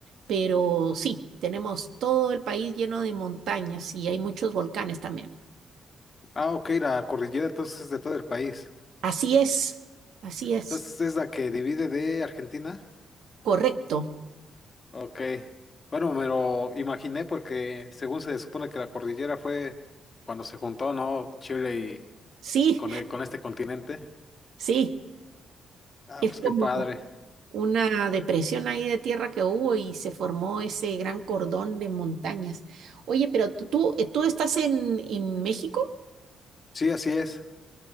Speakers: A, on the right (about 75°); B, on the left (about 25°).
A: Pero sí, tenemos todo el país lleno de montañas y hay muchos volcanes también.
B: Ah, ok, la cordillera entonces es de todo el país.
A: Así es, así es,
B: Entonces es la que divide de Argentina.
A: correcto.
B: Ok. Bueno, me lo imaginé porque según se supone que la cordillera fue cuando se juntó, ¿no? Chile y
A: Sí,
B: con, e- con este continente.
A: <laughs> sí,
B: Ah,
A: es
B: pues
A: como...
B: qué padre.
A: una depresión ahí de tierra que hubo y se formó ese gran cordón de montañas. Oye, pero tú, tú eh, tú estás en, en México.
B: Sí, así es.